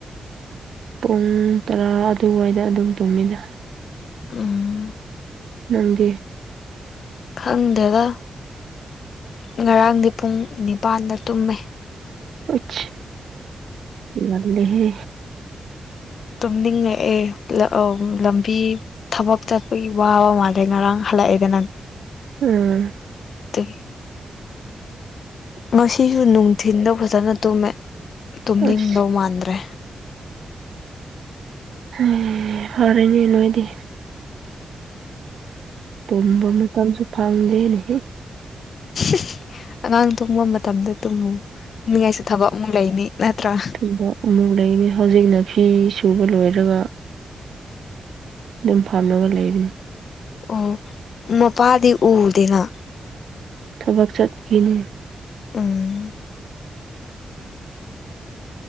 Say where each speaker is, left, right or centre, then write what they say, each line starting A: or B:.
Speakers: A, on the right; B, on the left.
A: ꯄꯨꯡ ꯇꯔꯥ ꯑꯗꯨꯋꯥꯏꯗ ꯑꯗꯨꯝ ꯇꯨꯝꯃꯦꯅ
B: ꯎꯝ
A: ꯅꯪꯗꯤ
B: ꯈꯪꯗꯦꯗ ꯉꯔꯥꯡꯗꯤ ꯄꯨꯡ ꯅꯤꯄꯥꯟꯗ ꯇꯨꯝꯃꯦ
A: ꯎꯨꯏꯁ ꯉꯜꯂꯦꯍꯦ
B: ꯇꯨꯝꯅꯤꯡꯉꯛꯑꯦ ꯑꯧ ꯂꯝꯕꯤ ꯊꯕꯛ ꯆꯠꯄꯒꯤ ꯋꯥꯕ ꯃꯥꯜꯂꯦ ꯉꯔꯥꯡ ꯍꯜꯂꯛꯑꯦꯗꯅ
A: ꯎꯝ
B: ꯑꯗꯨꯒꯤ ꯉꯁꯤꯁꯨ ꯅꯨꯡꯊꯤꯟꯗ ꯐꯖꯅ ꯇꯨꯝꯃꯦ ꯇꯨꯝꯅꯤꯡꯗꯧ
A: ꯑꯁ
B: ꯃꯥꯟꯗ꯭ꯔꯦ
A: ꯎ ꯐꯔꯦꯅꯦ ꯅꯣꯏꯗꯤ ꯇꯨꯝꯕ ꯃꯇꯝꯁꯨ ꯐꯪꯗꯦꯅꯦꯍꯦ
B: <inaudible> ꯑꯉꯥꯡ ꯇꯨꯝꯕ ꯃꯇꯝꯗ ꯇꯨꯝꯃꯨ ꯇꯨꯝꯅꯤꯡꯉꯥꯏꯁꯨ ꯊꯕꯛ ꯑꯃꯨꯛ ꯂꯩꯅꯤ ꯅꯠꯇ꯭ꯔꯥ
A: ꯊꯨꯝꯕ ꯑꯃꯨꯛ ꯂꯩꯅꯤ ꯍꯧꯖꯤꯛꯅ ꯐꯤ ꯁꯨꯕ ꯂꯣꯏꯔꯒ ꯑꯗꯨꯝ ꯐꯝꯂꯒ ꯂꯩꯔꯤꯅꯤ
B: ꯑꯣ ꯃꯄꯥꯗꯤ ꯎꯗꯦꯅ
A: ꯊꯕꯛ ꯆꯠꯈꯤꯅꯤ
B: ꯎꯝ